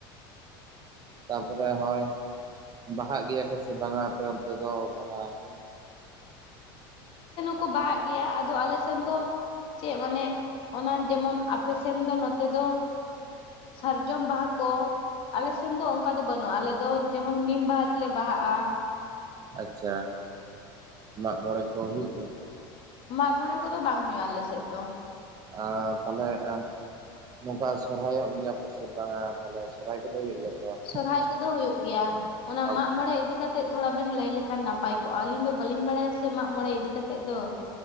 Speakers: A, on the right (about 30°); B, on the left (about 45°).
A: ᱛᱟᱨᱯᱚᱨᱮ ᱦᱚᱭ ᱵᱟᱦᱟᱜ ᱜᱮᱭᱟ ᱠᱚ ᱥᱮ ᱵᱟᱝᱟ ᱟᱯᱮ ᱚᱱᱛᱮ ᱫᱚ ᱵᱟᱦᱟ <inaudible>
B: ᱠᱚ ᱵᱟᱦᱟᱜ ᱜᱮᱭᱟ ᱟᱫᱚ ᱟᱞᱮ ᱥᱮᱱ ᱫᱚ ᱪᱮᱫ ᱢᱟᱱᱮ ᱚᱱᱟ ᱡᱮᱢᱚᱱ ᱟᱯᱮ ᱥᱮᱱ ᱫᱚ ᱱᱚᱛᱮ ᱫᱚ ᱥᱟᱨᱡᱚᱢ ᱵᱟᱦᱟ ᱠᱚ ᱟᱞᱮ ᱥᱮᱱ ᱫᱚ ᱚᱱᱠᱟ ᱫᱚ ᱵᱟᱹᱱᱩᱜᱼᱟ ᱟᱞᱮ ᱫᱚ ᱡᱮᱢᱚᱱ ᱱᱤᱢ ᱵᱟᱦᱟ ᱛᱮᱞᱮ ᱵᱟᱦᱟᱜᱼᱟ
A: ᱟᱪᱪᱷᱟ ᱢᱟᱜᱢᱚᱬᱮ ᱠᱚ ᱦᱩᱭᱩᱜ ᱜᱮᱭᱟ ᱥᱮ
B: ᱢᱟᱜ ᱢᱚᱬᱮ ᱠᱚᱫᱚ ᱵᱟᱝ ᱦᱩᱭᱩᱜᱼᱟ ᱟᱞᱮ ᱥᱮᱫ ᱫᱚ
A: ᱟᱨ ᱛᱟᱦᱞᱮ ᱟ ᱱᱚᱝᱠᱟ ᱥᱚᱨᱦᱟᱭᱚᱜ ᱜᱮᱭᱟ ᱯᱮᱥᱮ ᱵᱟᱝᱟ ᱛᱟᱦᱞᱮ ᱥᱚᱨᱦᱟᱭ ᱠᱚᱫᱚ ᱦᱩᱭᱩᱜ ᱜᱮᱭᱟ
B: ᱥᱚᱨᱦᱟᱭ
A: ᱥᱮ
B: ᱠᱚᱫᱚ ᱦᱩᱭᱩᱜ ᱜᱮᱭᱟ ᱚᱱᱟ
A: ᱵᱟᱝ?
B: ᱢᱟᱜ ᱢᱚᱬᱮ ᱤᱫᱤᱠᱟ ᱠᱟᱛᱮᱜ ᱛᱷᱚᱲᱟ ᱵᱮᱱ ᱞᱟᱹᱭ ᱞᱮᱠᱷᱟᱱ ᱱᱟᱯᱟᱭ ᱠᱚᱜ ᱟᱹᱞᱤᱧ ᱫᱚ ᱵᱟᱹᱞᱤᱧ ᱵᱟᱲᱟᱭᱟ ᱥᱮ ᱢᱟᱜ ᱢᱚᱬᱮ ᱤᱫᱤ ᱠᱟᱛᱮᱮᱫ ᱫᱚ